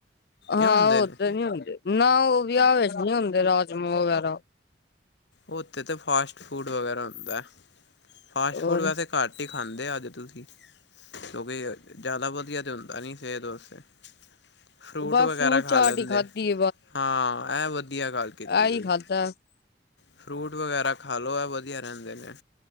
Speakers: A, on the left; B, on the left.
A: ਹਾਂ
B: ਇਹ ਹੁੰਦੇ
A: ਓਦਰ
B: ਨੇ।
A: ਨੀ ਹੁੰਦੇ, ਨਾ ਔ ਵੇਆ ਵੇਚ ਨੀ ਹੁੰਦੇ ਰਾਜਮਾਂ ਵਗੈਰਾ।
B: ਓਥੇ ਤੇ ਫਾਸਟ ਫੂਡ ਵਗੈਰਾ ਹੁੰਦੈ, ਫਾਸਟ
A: ਹੋਰ
B: ਫੂਡ ਵੈਸੇ ਘੱਟ ਈ ਖਾਂਦੇ ਅੱਜ ਤੁਸੀਂ। ਕਿਓਂਕਿ ਜਾਦਾ ਵਦੀਆ ਤੇ ਹੁੰਦਾ ਨੀ ਸੇਤ ਵਾਸਤੇ। ਫਰੂਟ
A: ਬਸ
B: ਵਗੈਰਾ ਖਾ
A: ਚਾਟ
B: ਲੈਂਦੇ,
A: ਹੀ ਖਾਧੀ
B: ਹਾਂ ਐ ਵਦੀਆ ਗੱਲ ਕੀਤੀ
A: ਐਈ
B: ਤੁਸੀਂ
A: ਖਾਦੈ।
B: ਫਰੂਟ ਵਗੈਰਾ ਖਾ ਲੋ ਐ ਵਦੀਆ ਰੈਂਦੇ ਨੇ,